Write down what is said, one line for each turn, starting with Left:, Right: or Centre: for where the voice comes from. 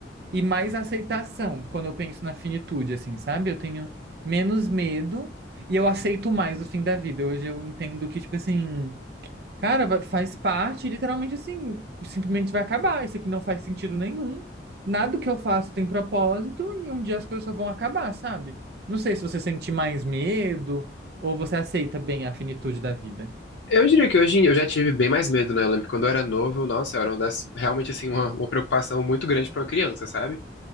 Right: e mais aceitação quando eu penso na finitude, assim, sabe? Eu tenho menos medo e eu aceito mais o fim da vida. Hoje eu entendo que tipo assim Cara, vai- faz parte, literalmente assim, simplesmente vai acabar. Isso aqui não faz sentido nenhum. Nada do que eu faço tem propósito e um dia as coisas só vão acabar, sabe? Não sei se você sente mais medo ou você aceita bem a finitude da vida.
Left: Eu diria que hoje em- eu já tive bem mais medo, né? Eu lembro que quando eu era novo, nossa, era uma das, realmente assim, uma, uma preocupação muito grande pra uma criança, sabe?